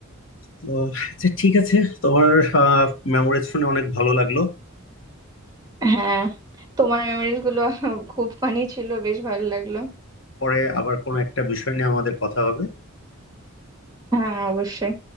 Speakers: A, on the left (about 65°); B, on the right (about 20°).
A: তো আচ্ছা ঠিক আছে তোমার মেমোরিজ শুনে অনেক ভালো লাগলো
B: হ্যাঁ তোমার মেমোরিজ গুলো খুব ফানি ছিল বেশ ভালো লাগলো
A: পরে আবার কোনো একটা বিষয় নিয়ে আমাদের কথা হবে
B: হ্যাঁ অবশ্যই